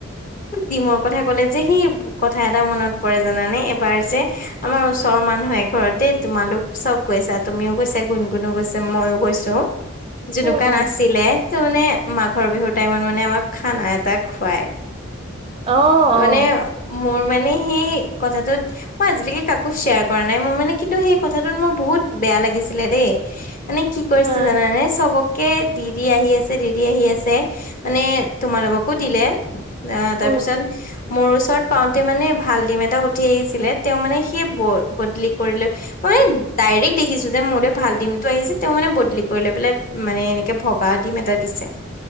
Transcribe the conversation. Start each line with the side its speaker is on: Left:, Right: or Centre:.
Left: ডিমৰ কথা ক'লে যে, সেই কথা এটা মনত পৰে জানানে, এবাৰ যে আমাৰ ওচৰৰ মানুহ এঘৰত দেই, তোমালোক চব গৈছা, তুমিও গৈছা, গুণ-গুণো গৈছে, মইয়ো গৈছো। ত' যেনেকুৱাই
Right: উম, উম।
Left: নাছিলে, ত' মানে মাঘৰ বিহুৰ টাইমত মানে আমাক খানা এটা খুৱাই।
Right: অ', অ',
Left: ত' মানে, মোৰ মানে সেই কথাটোত মই আজিলৈকে কাকো শ্বেয়াৰ কৰা নাই মোৰ মানে কিন্তু সেই কথাটোত মোৰ বহুত বেয়া লাগিছিলে দেই। মানে কি কৰিছে
Right: আহ,
Left: জানানে? চবক কে দি দি আহি আছে দি দি আহি আছে মানে তোমালোককো দিলে। অ তাৰ
Right: উম,
Left: পিছত মোৰ ওচৰত পাওঁতে মানে ভাল ডিম এটা উঠি আহিছিলে তেওঁ মানে সেই ব বদলি কৰিলৈ আৰে ডাইৰেক্ট দেখিছো যে মোলে ভাল ডিমটো আহিছে তেওঁ মানে বদলি কৰি লৈ পেলাই মানে এনেকে ভগা দিম এটা দিছে।